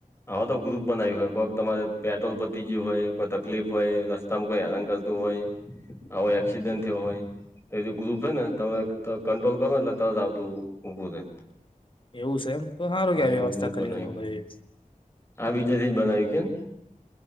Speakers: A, on the left; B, on the left.
A: હવે તો ગ્રુપ બનાવ્યું હોય કોઈક તમારે પેટ્રોલ પતી ગયું હોય કોઈ તકલીફ હોય રસ તમ કોઈ હેરાન કરતું હોય આવો એક્સિડન્ટ થયો હોય. એ ગ્રુપ હોય ને તમે ક કંટ્રોલ કરોને એટલે તરત આવતું ઊભું રે.
B: એવું છે એમ તો હારું કેવય
A: એવું
B: વ્યવસ્થા
A: ગ્રુપ
B: કરીયે
A: બનાવ્યું
B: તો પછી.
A: આ બીજા થી જ બનાવી કેમ.